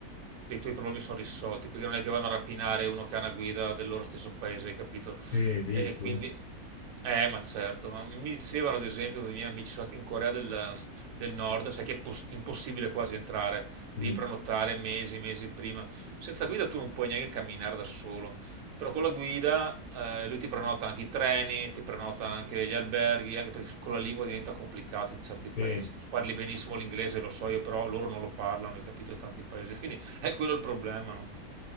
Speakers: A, on the right; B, on the left.
A: dei tuoi problemi sono risolti, perché non è che vanno a rapinare uno che ha una guida del loro stesso paese, hai capito?
B: Sì, dici?
A: E quindi, eh, ma certo, ma mi dicevano ad esempio, i miei amici sono andati in Corea del, del Nord, sai che è pos- impossibile quasi entrare Devi
B: Mm,
A: prenotare mesi, mesi prima. Senza guida tu non puoi neanche camminare da solo. Però con la guida eh, lui ti prenota anche i treni, ti prenota anche gli alberghi, anche perché con la lingua diventa complicato in certi paesi.
B: sì.
A: Tu parli benissimo l'inglese, lo so io, però loro non lo parlano, hai capito, in tanti paesi. <laughs> Quindi è quello il problema, no?